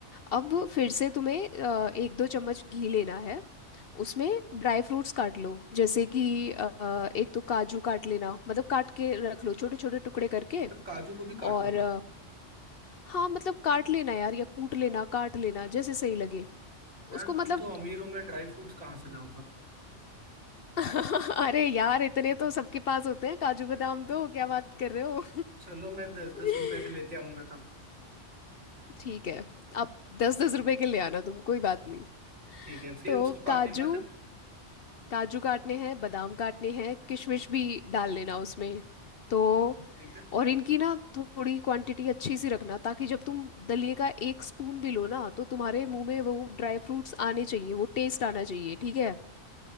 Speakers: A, on the left; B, on the right.
A: अब फिर से तुम्हें अ, एक दो चम्मच घी लेना है उसमें ड्राई फ्रूट्स काट लो जैसे कि अ, एक तो काजू काट लेना मतलब काट के रख लो छोटे छोटे टुकड़े करके
B: तो काजू को भी
A: और
B: काटूंगा
A: अ, हाँ मतलब काट लेना यार या कूट लेना काट लेना जैसे सही लगे
B: यार
A: उसको मतलब
B: तुम तो अमीर हो मैं ड्राई फ्रूट्स कहाँ से लाऊंगा
A: <laughs> अरे यार इतने तो सबके पास होते हैं काजू बादाम तो क्या बात कर रहे हो
B: चलो मैं दस
A: <laughs>
B: दस रुपए के लेते आऊंगा तब
A: ठीक है अब दस दस रुपए के ले आना तुम कोई बात नहीं
B: ठीक है फिर
A: तो
B: उसको काटने
A: काजू
B: के बाद है,
A: काजू काटने हैं बादाम काटने हैं किशमिश भी डाल लेना उसमें तो
B: ठीक है
A: और इनकी ना थोड़ी क्वांटिटी अच्छी सी रखना ताकि जब तुम दलिये का एक स्पून भी लो ना तो तुम्हारे मुंह में वो ड्राई फ्रूट्स आने चाहिए वो टेस्ट आना चाहिए ठीक है